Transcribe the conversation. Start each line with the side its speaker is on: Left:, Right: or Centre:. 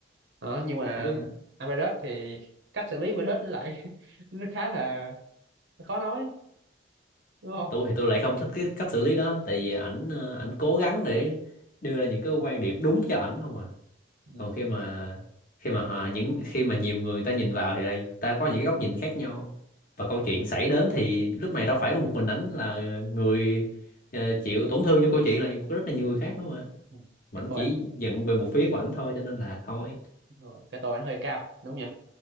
Right: Đó, nhưng mà
Left: không biết
Right: Average thì cách xử lý Average nó lại <laughs> nó khá là khó nói, đúng không?
Left: tôi thì tôi lại không thích cái cách xử lý đó tại vì ảnh ờ, ảnh cố gắng để đưa ra những cái quan điểm đúng cho ảnh không à
Right: Ừ.
Left: còn khi mà khi mà họ, những khi mà nhiều người người ta nhìn vào thì đây ta có những cái góc nhìn khác nhau và câu chuyện xảy đến thì lúc này đâu phải có một mình ảnh là người ờ, chịu tổn thương trong câu chuyện này có rất là nhiều người khác nữa mà
Right: ừ.
Left: mà
Right: Cái
Left: ảnh
Right: tôi
Left: chỉ
Right: anh,
Left: giận về một phía của ảnh thôi cho nên là thôi
Right: đúng rồi. cái tôi anh hơi cao, đúng nhỉ?